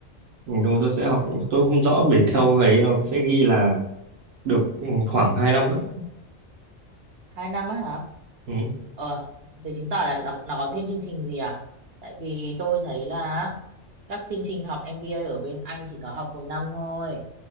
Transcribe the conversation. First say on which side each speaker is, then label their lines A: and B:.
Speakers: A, on the right (about 85°); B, on the right (about 55°).
A: Ừ, nhưng mà tôi sẽ học, tôi không rõ bởi theo ấy nó sẽ ghi là được ừ, khoảng hai năm ấy.
B: hai năm á hả
A: Ừ.
B: ờ thế chứng tỏ là nó, nó có thêm chương trình gì à tại vì tôi thấy là các chương trình học MBA ở bên Anh chỉ có học một năm thôi